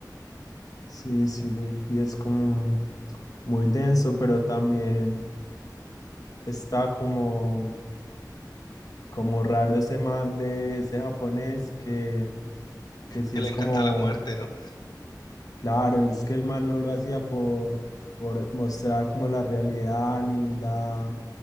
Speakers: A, on the left (about 55°); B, on the left (about 70°).
A: Sí, sí, y es como muy denso, pero también está como, como raro ese man de ese japonés que, que sí
B: Que
A: es
B: le encanta
A: como
B: la muerte, ¿no?
A: Claro, es que el man no lo hacía por, por mostrar como la realidad, ni la,